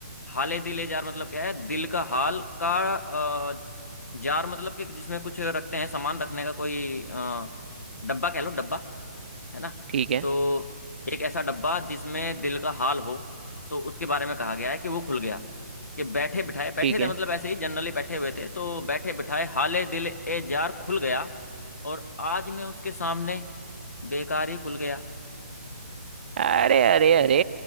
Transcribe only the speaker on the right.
ठीक है
ठीक
है
अरे अरे अरे